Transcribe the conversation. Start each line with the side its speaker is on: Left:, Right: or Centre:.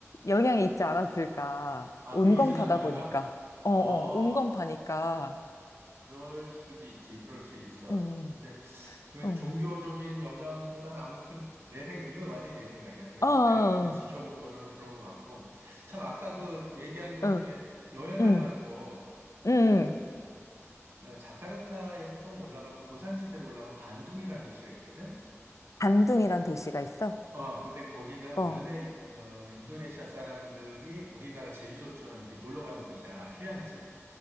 Left: 영향이 있지 않았을까.
Right: 아,
Left: 온건파다
Right: 그 이슬람 문화가?
Left: 보니까. 어,
Right: 어,
Left: 어, 온건파니까.
Right: 그럴 수도 있지. 그럴 수도 있어.
Left: 음,
Right: 근데 그
Left: 음.
Right: 종교적인 영향보다는 아무튼 내 생각, 이건 완전히 내 생각이야. 이건
Left: 어, 어,
Right: 내가 본- 지켜본 거로는 그런 것 같고. 참, 아까 그 얘기한 거
Left: 어, 어.
Right: 중에 여행할
Left: 음,
Right: 만한 곳,
Left: 음.
Right: 그, 어, 자카르타에서 좀 올라가면 고산지대로 올라가면 반둥이라는 도시가 있거든?
Left: 반둥이란 도시가 있어?
Right: 어, 근데 거기는
Left: 어.
Right: 원래, 어, 인도네시아 사람들이 우리나라 제주도처럼 이렇게 놀러 가는 곳이야. 휴양지.